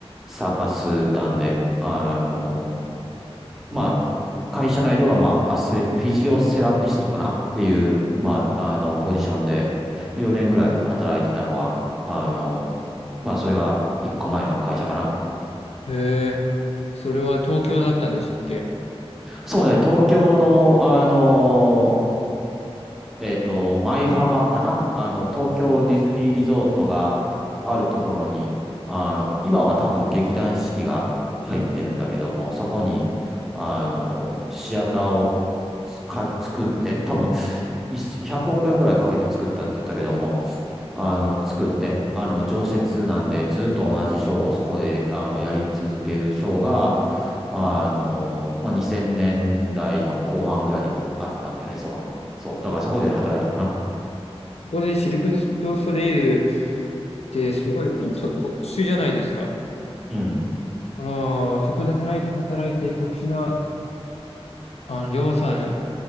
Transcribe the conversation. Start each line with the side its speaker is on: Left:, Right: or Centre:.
Centre: サーカス団で、あの、まあ、会社内では、まあ、アスレ、フィジオセラピストかなっていう、まあ、あの、ポジションで、4年ぐらい働いてたのが、あの、まあ、それが一個前の会社かな。
Left: へえ、それは東京だったんでしたっけ
Centre: そうね、東京の、あの、えっと、舞浜かなあの、東京ディズニーリゾートがあるところに、あの、今は多分劇団四季が入ってるんだけども、そこに、あの、シアターをつか作って、多分、い100億円ぐらいかけて作ったって言ったけども、あの、作って、あの、常設なんで、ずっと同じショーをそこで、あの、やり続けるショーが、あの、まあ、2000年代の後半ぐらいにあったんだよね、そこに。そう。だからそこで働いたかな。
Left: そこでシルク・ドゥソレイユってすごいと特殊じゃないですか。
Centre: うん。
Left: その、そこで働い働いて特殊な、あの、りょうさん